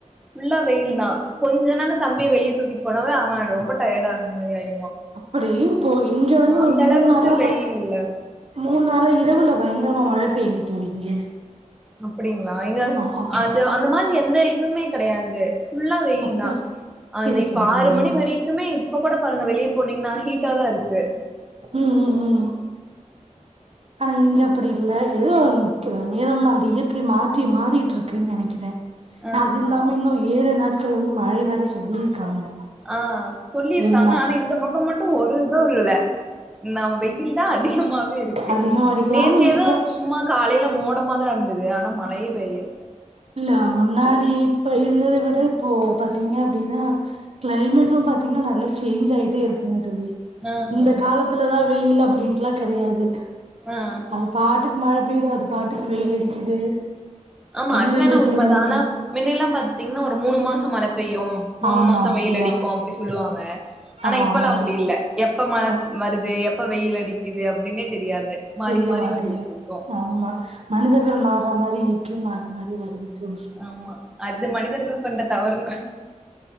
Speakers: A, in the centre; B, on the right.
A: ஃபுல்லா வெயில்தா கொஞ்ச என்னன்னு தம்பிய வெளியே தூக்கி போனாவே அவன் ரொம்ப டயர்ட் ஆன மாதிரி ஆயிரு
B: அப்டி இப்போ இங்க வந்து
A: அந்த
B: ஒரு மூணு
A: அளவுக்கு
B: நாளா
A: வெயில்
B: பா மூணு நாள இரவுல பயங்கரமா மழ பெயி தோழி இங்க
A: அப்டிங் லங்க
B: ஆமா ஆமா
A: அ அந்த மாரி எந்த எதுமே கெடையாது ஃபுல்லா வெயில்
B: அப்படி
A: தா அந்த
B: செரி
A: இப்ப
B: செரி செரிங்க
A: ஆறு மணி வரைக்குமே இப்ப கூட பாருங்க வெளிய போனீங்கன்னா ஹீட்டா தா இருக்கு
B: உம் உம் உம் ஆனா இங்க அப்டி இல்ல ஏதோ த் நேரம் அந்த இயற்கை மாற்றி மாறிட்டு இருக்குன்னு நெனைக்கற.
A: ஆஹா
B: அது இல்லாம இன்னு ஏழு நாட் நாட்கள் வந்து மழை வேர சொல்லியிருக்காங்க
A: ஆ சொல்லியிருக்காங்க
B: ஏழு நாட்கள்
A: ஆனா இந்த பக்கம் மட்டும் ஒரு இதும் இல்லை நா வெயில் தான் அடிக் <unintelligible> <unintelligible> இருக்கு
B: அதிகமா அடிக்குது
A: நேத்து
B: ஆனா இந்த
A: ஏதோ
B: இப்போ
A: சும்மா காலையில மோடம் சும்மாதான் இருந்தது ஆனா மழயே பெய்ய
B: இல்ல முன்னாடி அப்போ இருந்ததவிட இப்போ பாத்தீங்க அப்டின்னா கிளைமேட்டும் பாத்தீங்கன்னா நல்லா சில்லு சேஞ் ஆயிட்டே இருக்குங்க தோழி
A: ஆஹா
B: இந்த காலத்துல தான் வெயில் அப்டின்ட்டுலாம் கெடையாது.
A: ஆ
B: அது பாட்டுக்கு மழ விடாது அது பாட்டுக்கு வெயில் அடிக்குது
A: ஆமா
B: மனிதர்கள்
A: அது வேண
B: எப்படி
A: உண்ம
B: மாறு
A: தான் ஆனா மின்னெல்லாம் பாத்தீங் இன்னும் ஒரு மூணு மாசம் மழ பெய்யும் மூணு
B: ஆமா
A: மாசம் வெயில்
B: ஆமா
A: அடிக்கும் அப்படி சொல்லுவாங்க ஆனா
B: ஆமா
A: இப்பல்லாம்
B: ஆமா
A: அப்படி
B: ஆமா
A: இல்ல எப்ப மழை
B: ஆமா
A: வருது எப்ப வெயில் அடிக்குது அப்படின்னே தெரியாது மாறி
B: தெரிய
A: மாறி
B: மாட்டேது
A: வந்துட்டு இருக்கும்.
B: ஆமா மனிதர்கள் மாற மாரி <unintelligible> மாறி மாறி வருது தோழி
A: ஆமா அது மனிதர்கள் பண்ற தவறும்